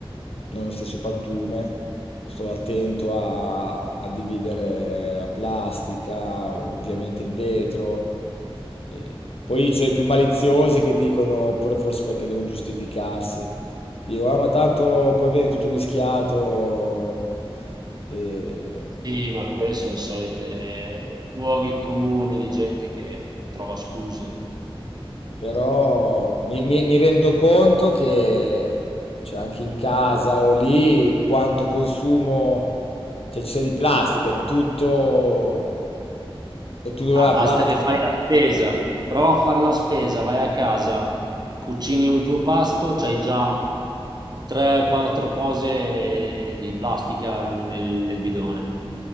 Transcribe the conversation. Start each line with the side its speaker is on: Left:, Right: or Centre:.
Left: nello stesso pattume Sto attento a, a dividere la plastica, ovviamente il vetro. E poi c'è i più maliziosi che dicono, oppure forse perché devono giustificarsi, dico, ah, ma tanto poi viene tutto mischiato. E...
Right: Sì, ma quelli sono i soliti luoghi comuni di gente che trova scuse.
Left: Però mi, mi- mi rendo conto che cioè, anche in casa o lì quanto consumo, cioè ci sia di plastica, è tutto, è tutto della
Right: Ah, basta
Left: plastica.
Right: che fai la spesa, prova a fare la spesa, vai a casa, cucini un tuo pasto, c'hai già 3-4 cose di plastica nel, nel- nel bidone.